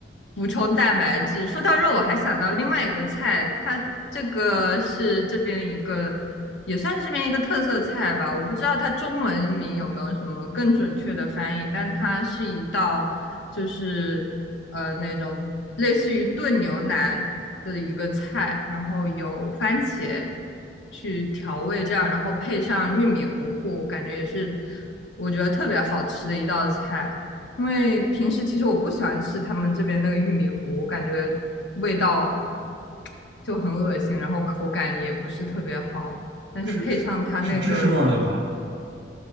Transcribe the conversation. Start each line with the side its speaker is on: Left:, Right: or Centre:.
Left: 补充蛋白质。说到肉，我还想到另外一个菜，它这个是这边一个，也算是这边一个特色菜吧。我不知道它中文名有没有什么更准确的翻译，但它是一道就是呃那种类似于炖牛腩的一个菜，然后有番茄去调味这样，然后配上玉米糊糊，感觉也是我觉得特别好吃的一道菜。因为平时其实我不喜欢吃他们这边那个玉米糊，我感觉味道就很恶心，然后口感也不是特别好。但是配上它那个
Right: 是的是是是芝士味儿的吗？